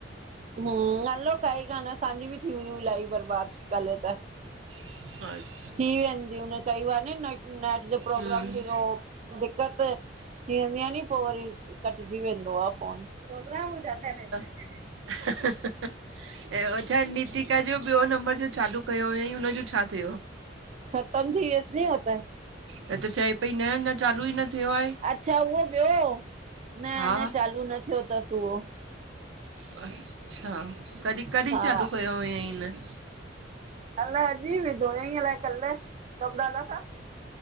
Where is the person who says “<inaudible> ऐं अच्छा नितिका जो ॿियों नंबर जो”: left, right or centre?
Right